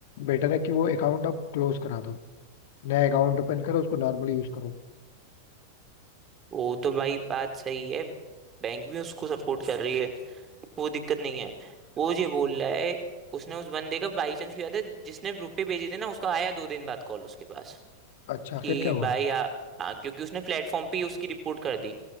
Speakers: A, on the left; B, on the right.
A: बेटर है कि वो अकाउंट अब क्लोज करा दो नया अकाउंट ओपन करो उसको नॉर्मली यूज करो
B: वो तो भाई बात सही है बैंक भी उसको सपोर्ट कर रही है वो दिक्कत नहीं है वो ये बोल रहा है उसने उस बंदे का बाई चांस की बात है जिसने रुपए भेजे थे ना उसका आया दो दिन बाद कॉल उसके पास
A: अच्छा
B: कि
A: फिर क्या हुआ
B: भाई आ, आ, क्योंकि उसने प्लेटफॉर्म पे ही उसकी रिपोर्ट कर दी